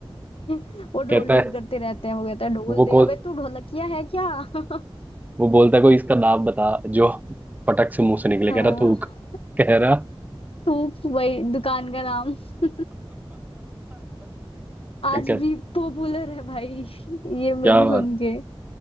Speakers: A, on the left; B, on the right.
A: <laughs> वो ढोल
B: कहता
A: ढोल
B: है
A: करते रहते हैं वो कहता है ढोल
B: वो
A: दे
B: कौन
A: अबे तू ढोलकिया है क्या <laughs>
B: वो बोलता है कोई इसका नाम बता जो पटक से मुंह से निकले
A: हाँ
B: कह रहा थूक कह रहा
A: थूक वही दुकान का नाम <laughs> आज
B: क्या
A: भी पॉपुलर है भाई ये मेम
B: क्या बात
A: सुन के